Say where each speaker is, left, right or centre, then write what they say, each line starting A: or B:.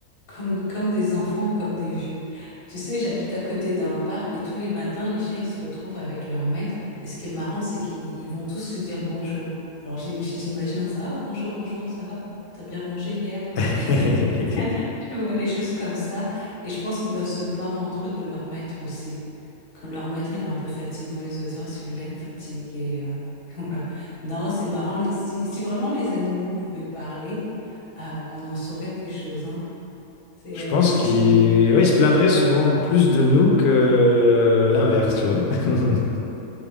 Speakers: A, on the left (about 70°); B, on the left (about 85°).
A: comme, comme des enfants ou comme des vieux. Tu sais, j'habite à côté d'un parc et tous les matins, les chiens, ils se retrouvent avec leur maître. Et ce qui est marrant, c'est qu'ils ils vont tous se dire bonjour. Alors j'ai- j'imagine ça, ah, bonjour, bonjour, ça va? T'as bien mangé hier? euh?
B: <laughs>
A: <laughs> Tu vois, les choses comme ça. Et je pense qu'ils doivent se plaindre entre eux de leur maître aussi. Quand leur maître, il est un peu fatigant, ils doivent dire, Oh, celui-là, il me fatigue. Et, euh, <laughs> voilà. Non, c'est marrant. Les- Si, si vraiment les animaux pouvaient parler, euh, on en saurait des choses, hein. C'est
B: Je
A: euh,
B: pense
A: parce qu'ils
B: qu'il
A: ont
B: ouais, il se plaindrait souvent plus de nous que euh, l'inverse, tu vois. <laughs>